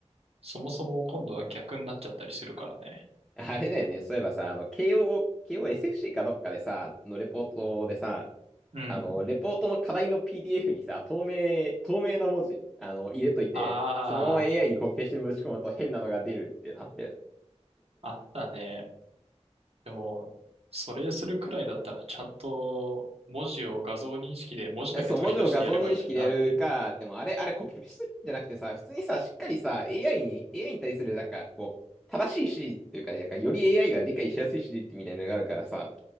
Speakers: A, on the right; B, in the centre.
A: そもそも今度は逆になっちゃったりするからね。
B: <laughs> あれだよね。そういえばさ、あの、慶応、慶応 SFC かどっかでさ、のレポートでさ、
A: うん。
B: あの、レポートの課題の PDF にさ、透明、透明な文字、あの、入れといて、
A: あ
B: そのまま AI にコピペしてぶち込むと変なのが出るってなってる。
A: あ、あったね。でも、それするくらいだったら、ちゃんと文字を画像認識で文字だけ取り出してやればいいのになってね。
B: えそう、文字を画像認識でやるか、でもあれ、あれコピペするんじゃなくてさ、普通にさ、しっかりさ、AI に、AI に対するなんか、こう、正しい指示っていうか、なんかより AI が理解しやすい指示ってみたいなのがあるからさ、